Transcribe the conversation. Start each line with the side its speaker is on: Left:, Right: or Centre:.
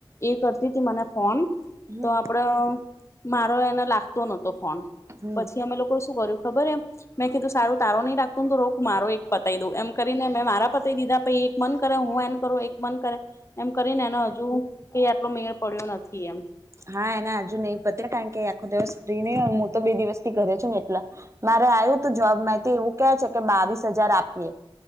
Left: એ કરતી તી મને ફોન,
Right: હમ
Left: તો આપડો મારો એને લાગતો ન ફોન,
Right: હમ
Left: પછી અમે લોકોએ શું કર્યું ખબર એમ મેં કીધું સારું, તારો નહીં લાગતો ને તો, રુક મારો એક પતાઈ દઉં, એમ કરીને મેં મારા પતાઈ દીધા પહી મન કરે હું એન કરું, એક મન કરે, એમ કરીને એનો હજુ કઈ આટલો મેળ પડ્યો નથી એમ.
Right: હા એના હજુ નહીં પતે કારણ કે એ આખો દિવસ ફ્રી નહીં હોય, હું તો બે દિવસથી ઘરે છું ને એટલે. મારે આયું તું જોબ માહિતી, એવું કે છે કે બાવીસ હજાર આપીએ.